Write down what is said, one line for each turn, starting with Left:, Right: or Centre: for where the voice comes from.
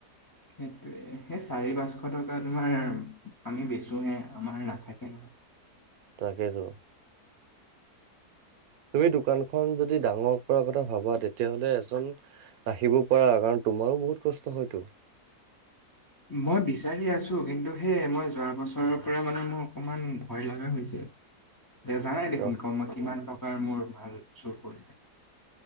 Left: সেইটোৱে সেই চাৰি পাঁচশ টকা তোমাৰ আমি বেচোহে। আমাৰ নাথাকে নহয়।
Right: তাকেতো। তুমি দোকানখন যদি ডাঙৰ কৰা কথা ভাবা, তেতিয়াহলে এজন নাখিব পাৰা কাৰণ তোমাৰো বহুত কষ্ট হয়তো।
Left: মই বিচাৰি আছো, কিন্তু সেই মই যোৱা বছৰৰ পৰা মানে মোৰ অকমান ভয় লগা হৈছে।
Right: <inaudible>
Left: দে জানাই দেখোন।
Right: অ
Left: <unintelligible> কিমান টকাৰ মোৰ ভাল চুৰ কৰিলে।